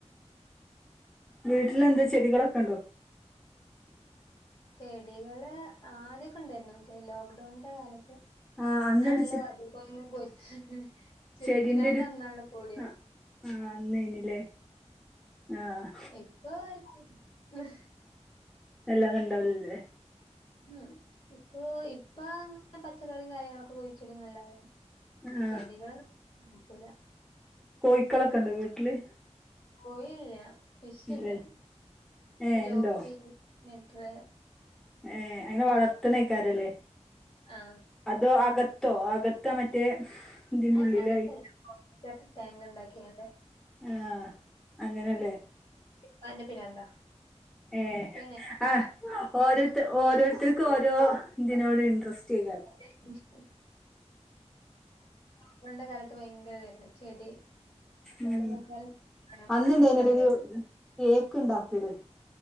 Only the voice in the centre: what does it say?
വീട്ടിലെന്താ ചെടികളൊക്കെ ഉണ്ടോ
ആ
അന്നൊരു
ചെടീന്റെ ഒരു
ആഹ് ആഹ് അന്നയിനീല്ലേ ആഹ്
വല്ലാതെ ഉണ്ടാവലില്ലേ
ആ
കോഴിക്കളൊക്കെ ഉണ്ടോ വീട്ടില്
ഇല്ലല്ലേ ഏ
ഉണ്ടോ
ഏഹ് അയിനെ വളർത്തണേക്കാരല്ലേ
അതോ ആകത്തോ അകത്ത് മറ്റേ ഇതിന്റെ
ഉള്ളിലായി
ആഹ് അങ്ങനാല്ലേ
ഏഹ്
ആഹ് ഓരോരുത്ത ഓരോരുത്തർക്കും ഓരോ ഇതിനോട് ഇൻട്രസ്റ്റ് ആയിക്കാരം
ഉംഹ്
അന്നുണ്ടായിനൊരു
കേക്ക് ഉണ്ടാക്കല്